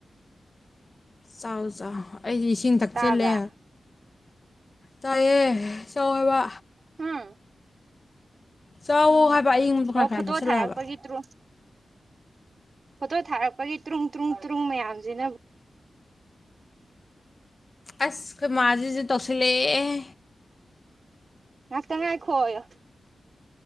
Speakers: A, on the left; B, on the right.
A: ꯆꯥꯎ ꯑꯥ ꯑꯩꯗꯤ ꯏꯁꯤꯡ ꯊꯛꯆꯤꯜꯂꯦ
B: ꯇꯥꯕ꯭ꯔꯥ
A: ꯇꯥꯏꯑꯦ ꯆꯥꯎ ꯍꯥꯏꯕ
B: ꯍꯨꯝ
A: ꯆꯥꯎꯋꯣ
B: ꯎꯝ
A: ꯍꯥꯏꯕ ꯑꯌꯤꯡꯕꯗꯣ ꯈꯔ
B: ꯑꯣ
A: ꯈꯔ
B: ꯐꯣꯇꯣ
A: ꯌꯥꯝ ꯊꯛꯆꯤꯜꯂꯣ
B: ꯊꯥꯔꯛꯄꯒꯤ
A: ꯍꯥꯏꯕ
B: ꯇ꯭ꯔꯣ ꯐꯣꯇꯣ ꯊꯥꯔꯛꯄꯒꯤ ꯇ꯭ꯔꯨꯡ ꯇ꯭ꯔꯨꯡ ꯇ꯭ꯔꯨꯡ ꯃꯌꯥꯝꯁꯤꯅ
A: ꯑꯁ ꯈꯣꯏ ꯃꯥ ꯁꯤꯁꯨ ꯇꯧꯁꯤꯜ ꯂꯛꯑꯦ ꯍꯦ
B: ꯉꯥꯛ ꯇꯪ ꯉꯥꯏꯈꯣ ꯌꯣ